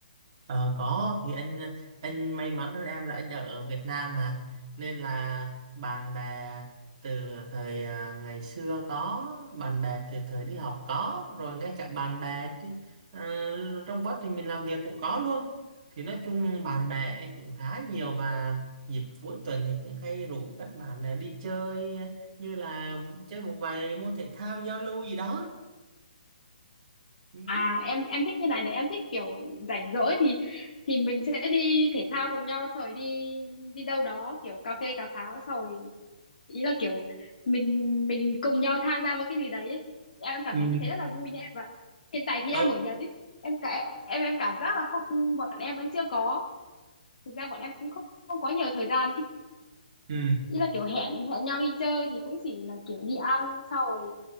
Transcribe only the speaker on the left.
À em em thích như này này, em thích kiểu rảnh rỗi thì thì mình sẽ đi thể thao cùng nhau rồi đi đi đâu đó kiểu cà phê cà pháo rồi ý là kiểu mình mình cùng nhau tham gia một cái gì đấy. ấy. Em cảm
thấy như thế rất là vui nha em và hiện tại thì
em ở nhà thì em cả- em em cảm giác là không bọn em vẫn chưa có. Thực ra bọn em cũng không không có nhiều thời gian ấy.
Ý là kiểu hẹn hẹn nhau đi chơi thì cũng chỉ là kiểu đi ăn sau rồi